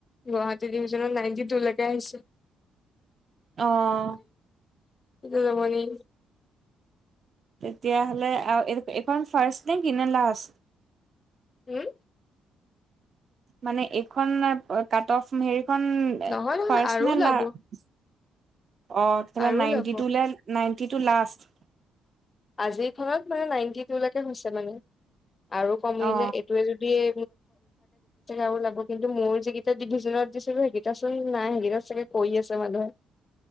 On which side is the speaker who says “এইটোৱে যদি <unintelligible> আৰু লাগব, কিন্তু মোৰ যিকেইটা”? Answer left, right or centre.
Left